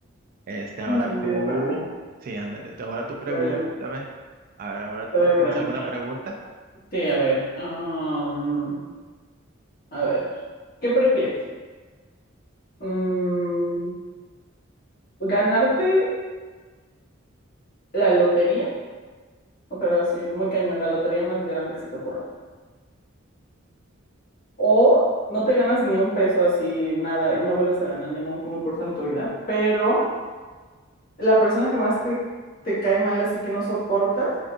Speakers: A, on the right; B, on the left.
A: Este, ahora
B: Tiene sentido
A: tú,
B: para mí.
A: sí, ándale, tú- ahora tú pregúntame.
B: A ver, yo
A: A ver, ahora tú,
B: te voy a
A: ¿tienes
B: preguntar.
A: alguna pregunta?
B: Sí, a ver. am, a ver. ¿Qué prefieres? Mm, ¿ganarte la lotería? O, Pero así, muy cañón, la lotería más grande que se te ocurra. O no te ganas ni un peso así, nada, y no vuelves a ganar ningún concurso en tu vida, pero La persona que más te, te cae mal, así que no soportas,